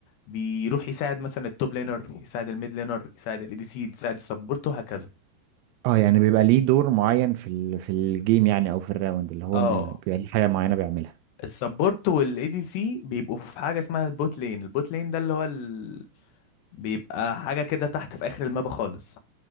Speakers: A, on the left; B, on the right.
A: بيروح يساعد مثلا التوب لينر يساعد الميد لينر يساعد الاي دي سي يساعد السبورت وهكذا
B: اه يعني بيبقى ليه دور معين في ال... في الجيم يعني او في الراوند اللي هو
A: اه
B: من- بيبقى ليه حاجه معينه بيعملها
A: السبورت والاي دي سي بيبقوا في حاجه اسمها البوت لين البوت لين ده اللي هو ال... بيبقى حاجه كده تحت في اخر المابا خالص